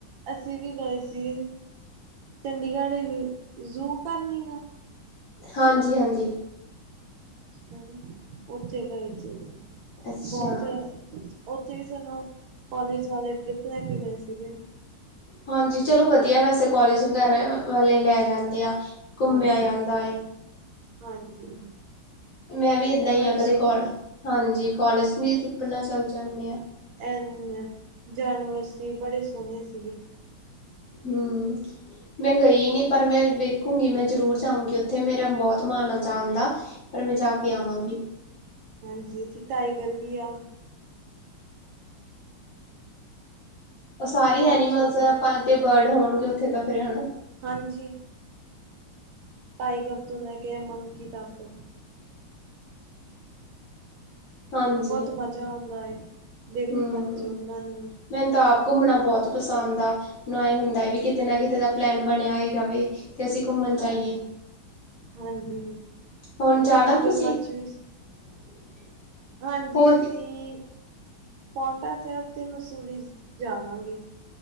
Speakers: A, on the right (about 75°); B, on the left (about 55°).
A: ਅਸੀਂ ਵੀ ਗਏ ਸੀ ਚੰਡੀਗੜ੍ਹ ਜ਼ੂ ਘਰ ਵੀ ਹੈ।
B: ਹਾਂਜੀ- ਹਾਂਜੀ।
A: ਹਮ ਉੱਥੇ ਗਏ ਸੀ ਅਸੀਂ
B: ਅੱਛਾ
A: ਬਹੁਤ। ਉੱਥੇ ਵੀ ਸਾਨੂੰ ਕੋਲਜ ਵਾਲੇ ਟ੍ਰਿਪ ਲੈ ਕੇ ਗਏ ਸੀਗੇ।
B: ਹਾਂਜੀ ਚਲੋ ਵਧੀਆ ਵੈਸੇ ਕੋਲਜ ਵਗੈਰਾ ਵਾਲੇ ਲੈ ਜਾਂਦੇ ਆ। ਘੁੰਮਿਆ
A: ਹਾਂਜੀ
B: ਜਾਂਦਾ ਏ।
A: ਹਾਂਜੀ
B: ਮੈਂ ਵੀ ਏਦਾਂ
A: ਤੇ
B: ਹੀ
A: ਬੜੇ
B: ਹਾਂ ਕਦੇ
A: ਸੋਹਣੇ
B: ਹਾਂਜੀ ਕੋਲਜ ਵੀ ਟ੍ਰਿਪ ਨਾਲ ਚੱਲ ਜਾਂਦੇ ਆ।
A: ਐਨੇ ਜਾਨਵਰ ਸੀ ਬੜੇ ਸੋਹਣੇ ਸੀਗੇ।
B: ਹਮ। ਮੈਂ ਗਈ ਨਹੀਂ ਪਰ ਮੈਂ ਵੇਖੂੰਗੀ ਮੈਂ ਜ਼ਰੂਰ ਜਾਊਂਗੀ ਉੱਥੇ ਮੇਰਾ ਬਹੁਤ ਮਾਨ ਆ ਜਾਣ ਦਾ। ਪਰ ਮੈਂ ਜਾ ਕੇ ਆਵਾਂਗੀ।
A: ਹਾਂਜੀ ਇੱਥੇ ਟਾਈਗਰ ਵੀ ਆ।
B: ਉਹ ਸਾਰੇ
A: ਬਹੁਤ
B: ਐਨੀਮਲਸ
A: ਸੋਹਣੇ
B: ਆਪਾਂ ਤੇ ਬਰਡ ਹੋਣਗੇ ਉੱਥੇ ਤਾਂ ਫਿਰ ਹਨਾ।
A: ਹਾਂਜੀ। ਟਾਈਗਰ ਤੋਂ ਲੈ ਕੇ ਮੰਕੀ ਤੱਕ।
B: ਹਾਂਜੀ
A: ਬਹੁਤ ਮਜ਼ਾ ਆਉਂਦਾ ਦੇਖਣ
B: ਹਮ
A: ਚ ਉਹਨਾਂ ਨੂੰ।
B: ਮੈਨੂੰ ਤਾਂ ਆਪ ਘੁੰਮਣਾ ਬਹੁਤ ਪਸੰਦ ਆ। ਨਏ ਹੁੰਦਾ ਹੈ ਵੀ ਕਿਤੇ ਨਾ ਕਿਤੇ ਦਾ ਪਲੈਨ ਬਣਿਆ ਹੀ ਜਾਵੇ। ਤੇ ਅਸੀਂ ਘੁੰਮਣ
A: ਹਾਂਜੀ
B: ਜਾਈਏ
A: ਹਾਂਜੀ
B: ਹੁਣ
A: ਉੱਥੇ
B: ਜਾਣਾ
A: ਮਗਰਮੱਛ
B: ਤੁਸੀਂ।
A: ਵੀ
B: <inaudible>
A: ਹਾਂਜੀ
B: ਹੋਰ
A: ਅਸੀਂ
B: ਕਿ
A: ਪੌਉਟਾ ਸਾਹਿਬ ਤੇ ਮਸੂਰੀ ਜਾਵਾਂਗੇ।